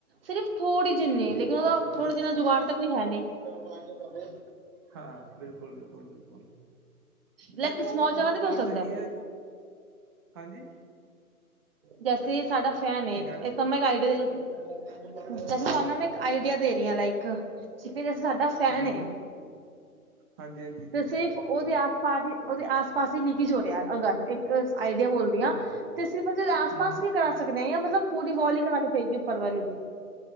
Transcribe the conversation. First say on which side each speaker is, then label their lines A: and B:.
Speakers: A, on the right; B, on the right.
A: ਸਿਰਫ ਥੋੜ੍ਹੀ ਜਿਨੀ ਲੇਕਿਨ ਉਹਦਾ ਥੋੜੇ
B: ਅੱਛਾ
A: ਜਿ ਨਾਲ ਜੁਗਾੜ ਤਾਂ ਕੋਈ ਹੈ ਨਹੀਂ।
B: ਹਾਂ। ਬਿਲਕੁਲ, ਬਿਲਕੁਲ, ਬਿਲਕੁਲ।
A: ਲਕ
B: ਤੇ ਉਹ
A: ਸਮਾਲ
B: ਉਹਦਾ
A: ਜਗ੍ਹਾ ਤੇ ਕੀ
B: ਇਲਾਜ
A: ਹੋ ਸਕਦਾ।
B: ਇਹੀ ਹੈ ਹਾਂਜੀ
A: ਜੈਸੇ ਸਾਡਾ ਫੈਨ ਏ
B: ਕੀ ਕਹਿ ਰਹੇ
A: ਏਕ ਮੈਂ ਜੱਸੀ ਤੁੰਆਨੂੰ ਮੈਂ ਇੱਕ ਆਈਡੀਆ ਦੇ ਰਹੀ ਹਾਂ। ਲਾਈਕ ਜੱਸੀਂ ਸਾਡਾ ਸੈਨੇ
B: ਹਾਂਜੀ ਹਾਂਜੀ ਹਾਂਜੀ
A: ਤੇ ਸਿਰਫ ਉਹਦੇ ਪਾ ਉਹਦੇ ਆਸ-ਪਾਸ ਈ ਲੀਕੀਜ ਹੋ ਰਿਆ, ਅਗਰ ਇੱਕ ਆਈਡੀਆ ਬੋਲਦੀ ਆ। ਤੇ ਸਿਰਫ ਅਸੀ ਆਸ-ਪਾਸ
B: ਹਮ ਹਮ
A: ਵੀ ਕਰਾ ਸਕਦੇ ਹਾਂ ਜਾਂ ਮਤਲਬ ਪੂਰੀ ਵਾਲ ਹੀ ਕਰਾਉਣੀ ਪਏਗੀ। ਉਪਰ ਵਾਲੀ